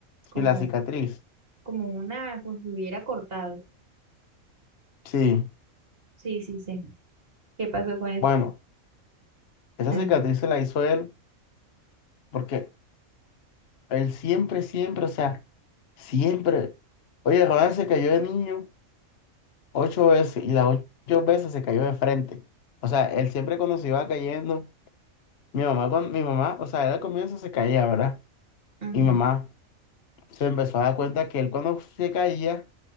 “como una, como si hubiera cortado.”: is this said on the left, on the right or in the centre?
Right